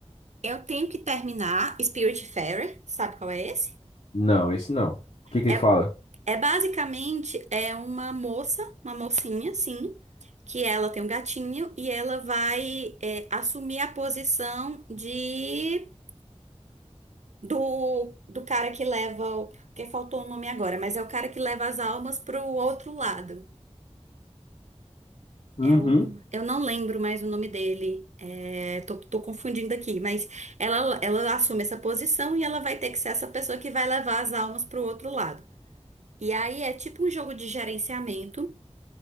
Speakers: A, on the right; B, on the left.
A: Eu tenho que terminar Spiritfarer. Sabe qual é esse?
B: Não, esse não. O que que
A: É
B: ele fala?
A: É basicamente é uma moça, uma mocinha, sim, que ela tem um gatinho e ela vai é, assumir a posição de do, do cara que leva, o- porque faltou o nome agora, mas é o cara que leva as almas pro outro lado.
B: Uhum.
A: É o, eu não lembro mais o nome dele. É, tô, tô confundindo aqui, mas ela, ela assume essa posição e ela vai ter que ser essa pessoa que vai levar as almas pro outro lado. E aí é tipo um jogo de gerenciamento.